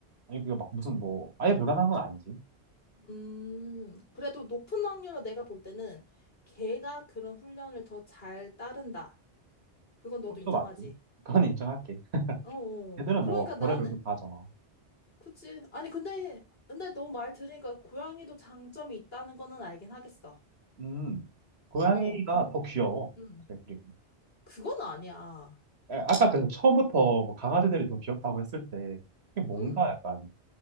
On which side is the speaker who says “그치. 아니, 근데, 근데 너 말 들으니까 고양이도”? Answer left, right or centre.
Left